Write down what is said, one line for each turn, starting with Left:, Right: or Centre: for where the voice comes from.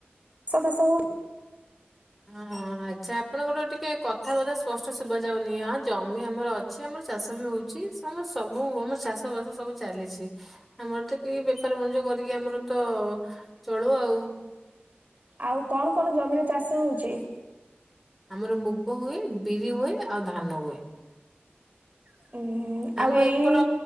Right: ଷ ଫାସ ହଉ
Centre: <unintelligible> ଆଚ୍ଛା ଆପଣଙ୍କର ଟିକେ କଥାବାର୍ତ୍ତା ସ୍ପଷ୍ଟ ଶୁଭାଯାଉନି ହଁ ଜମି ଆମର ଅଛି ଆମର ଚାଷ ବି ହଉଛି ସ୍ ଆମ ସବୁ ଆମ ଚାଷ ବାସ ସବୁ ଚାଲିଛି। ଆମର ତ କି ବେପାର ବଣିଜ କରିକି ଆମର ତ ଚଳୁ ଆଉ।
Right: ଆଉ କଣ କଣ ଜମିରେ ଚାଷ ହଉଛି?
Centre: ଆମର ମୁଗ ହୁଏ ବିରି ହୁଏ ଆଉ ଧାନ ହୁଏ।
Right: <unintelligible>
Centre: ଆମ
Right: ଏଇ
Centre: ଏପଟ